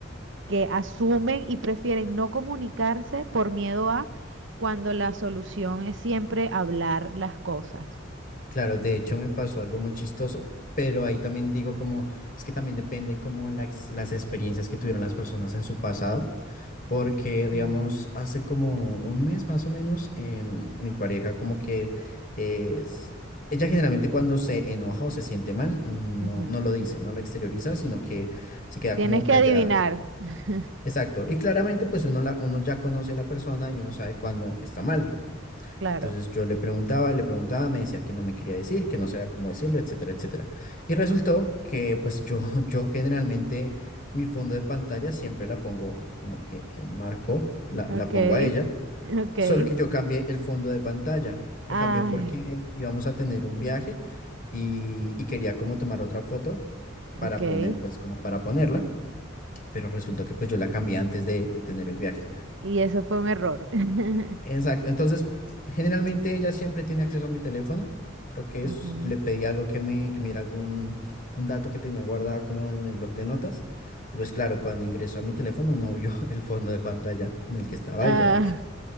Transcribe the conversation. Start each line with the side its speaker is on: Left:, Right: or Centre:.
Right: que asumen y prefieren no comunicarse por miedo a cuando la solución es siempre hablar las cosas.
Left: Claro, de hecho me pasó algo muy chistoso, pero ahí también digo como, es que también depende como la ex- las experiencias que tuvieron las personas en su pasado, porque digamos,
Right: Mm,
Left: hace como un mes más o menos, em, mi pareja como que es, ella generalmente cuando se enoja o se siente mal, no,
Right: ujú.
Left: no lo dice, no lo exterioriza, sino que se queda
Right: Tienes
Left: como
Right: que
Left: callada.
Right: adivinar, <laughs>
Left: Exacto, y claramente pues uno, la, uno ya conoce a la persona y uno sabe cuando está mal.
Right: claro.
Left: Entonces yo le preguntaba, le preguntaba, me decía que no me quería decir, que no sabía cómo decirlo, etcétera, etcétera. Y resultó que pues yo, <laughs> yo generalmente mi fondo de pantalla siempre la pongo como que en marco, la,
Right: Ok,
Left: la pongo a ella,
Right: ok.
Left: solo que yo cambié el fondo de pantalla. Lo
Right: Ay,
Left: cambié porque íbamos a tener un viaje y, y quería como tomar otra foto para
Right: ok.
Left: poner, pues como para ponerla, pero resultó que pues yo la cambié antes de de tener el viaje.
Right: Y eso fue un error. <laughs>
Left: Exacto. Entonces, generalmente ella siempre tiene acceso a mi teléfono. Creo que
Right: Ujú.
Left: es, le pedí algo que me, que mira algún un dato que tenía guardado como en el bloc de notas. Y pues claro, cuando ingresó a mi teléfono no vio <laughs> el fondo de pantalla en el que estaba
Right: Ah,
Left: ella.